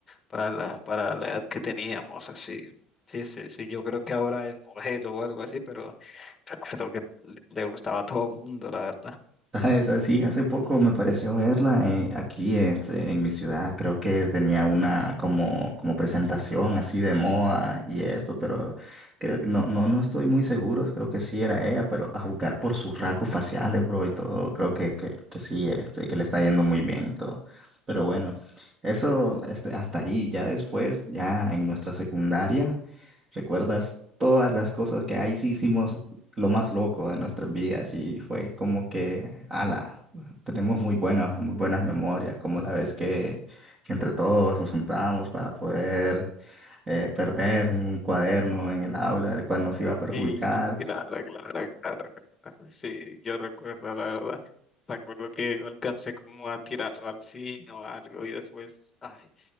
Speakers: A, on the left (about 15°); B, on the right (about 25°).
A: para la, para la edad que teníamos, así. Sí, sí, sí, yo creo que ahora es modelo o algo así, pero recuerdo que le le gustaba a todo el mundo, la verdad.
B: ¿Sabes? Así, hace poco me pareció verla eh, aquí este, en mi ciudad. Creo que tenía una como, como presentación así de moda y esto, pero creo que no, no, no estoy muy seguro. Creo que sí era ella, pero a juzgar por sus rasgos faciales, bro, y todo, creo que, que, que sí, este, que le está yendo muy bien y todo. Pero bueno, eso este, hasta ahí. Ya después, ya en nuestra secundaria, ¿recuerdas todas las cosas que ahí sí hicimos? lo más loco de nuestras vidas y fue como que, ala, tenemos muy buenas, muy buenas memorias, como la vez que, que entre todos nos juntábamos para poder eh, perder un cuaderno en el aula, el cual nos iba a perjudicar
A: Y claro, claro, claro, claro. Sí, yo recuerdo, la verdad. Recuerdo que yo alcancé como a tirarlo al zinc o algo y después, ay,